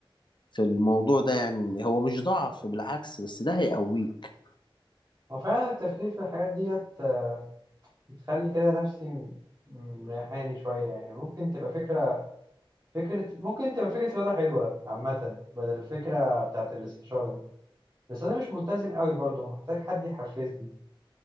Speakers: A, on the left; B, on the right.
A: في الموضوع ده يعني هو مش ضعف بالعكس بس ده هيقويك
B: هو فعلا التفكير في الحاجات ديت آه، بتخلي كده نفسي م- مريحاني شوية يعني ممكن تبقى فكرة فكرة ممكن تبقى فكرة رياضة حلوة عامة بدل الفكرة بتاعت الاستشارة دي بس أنا مش ملتزم قوي برضه محتاج حد يحفزني